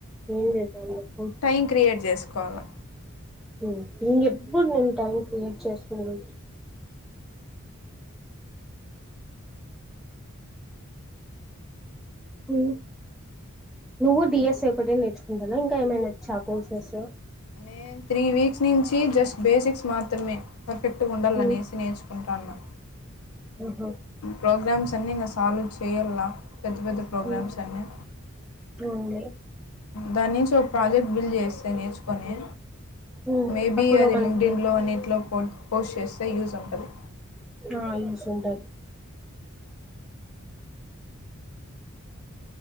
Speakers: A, in the centre; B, on the left.
A: ఏం చేద్దాం చెప్పు
B: టైం క్రియేట్ చేసుకోవాలి
A: నువ్వు చెప్పు నేను టైమ్ కి చేస్తాను ఆ నువ్వు డిఎస్ ఒకటే నేర్చుకుంటన ఇంకా ఏమైనావచ్చా కోర్సెస్
B: నేను త్రీ వీక్స్ నుంచి జస్ట్ బేసిక్స్ మాత్రమే పర్ఫెక్ట్ గా ఉండాలనేసి
A: ఉమ్,
B: నేర్చు ఉంటానా
A: ఆహా
B: ప్రోగ్రామ్స్ అన్ని ఇంగా సాల్వ్ చేయలా పెద్ద పెద్ద ప్రోగ్రామ్స్
A: ఉమ్,
B: అన్ని
A: అవునులే
B: దాని నుంచి ఒక ప్రాజెక్ట్ బిల్డ్ చేస్తే నేర్చుకొని
A: ఉమ్,
B: మేబీ
A: అప్పుడు
B: అది
A: మనకి
B: లింగ్డిన్లో అన్నిట్లో పోట్ పోస్ట్ చేస్తే యూస్ ఉంటది
A: ఆ యూస్ ఉంటది